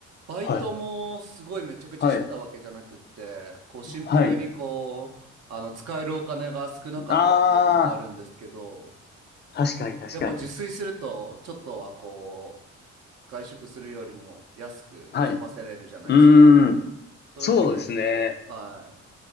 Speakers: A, on the right; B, on the left.
A: バイトもすごいめちゃくちゃしてたわけじゃなくって、
B: はい、はい、
A: こうシンプルにこう、
B: はい。
A: あの、使えるお金が少なかったっていうのもあるんですけど、
B: ああ、確かに確かに。
A: やっぱ自炊すると、ちょっとはこう、外食するよりも安く済ませれるじゃないですか。
B: はい。うーん。
A: それで結構、
B: そうですね。
A: は